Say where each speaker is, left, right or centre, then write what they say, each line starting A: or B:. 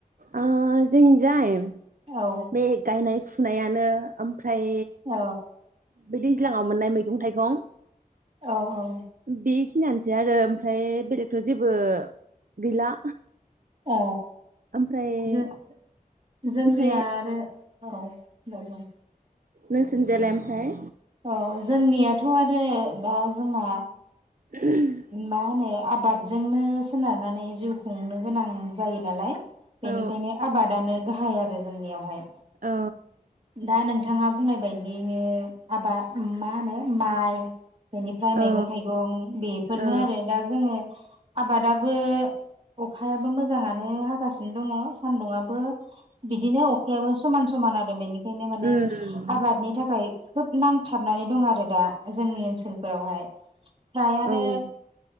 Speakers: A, on the right; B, on the right.
A: ओ जोंजाय
B: औ
A: बे गायनाय फुनायानो ओमफ्राय
B: औ
A: बे दैज्लाङाव मोननाय मैगं थाइगं
B: औ औ
A: बेखिनियानोसै आरो ओमफ्राय बेलेगथ' जेबो गैला
B: औ
A: ओमफ्राय
B: जों जोंनिया
A: ओमफ्राय
B: आरो औ म मा <unintelligible>
A: नोंसिनि जायलाय ओमफ्राय
B: औ जोंनियाथ' आरो दा जोंना
A: <unintelligible>
B: मा होनो आबादजोंनो सोनारनानै जिउ खुंनो गोनां जायो नालाय बेनिखायनो
A: औ
B: आबादानो गाहाय आरो जोंनियावहाय
A: अ
B: दा नोंथाङा बुंनाय बायदियनो हाबा मा होनो माइ बेनिफ्राय
A: औ
B: मैगं थाइगं बेफोरनो
A: औ
B: आरो दा जोङो आबादाबो अखायाबो मोजाङानो हागासिनो दङ सान्दुंआबो बिदिनो अखायाबो समान समान आरो बेनिखायनो माने
A: उम
B: आबादनि थाखाय खोब नांथाबनानै दं आरो दा जोंनि ओनसोलफोरावहाय फ्रायानो
A: औ ओं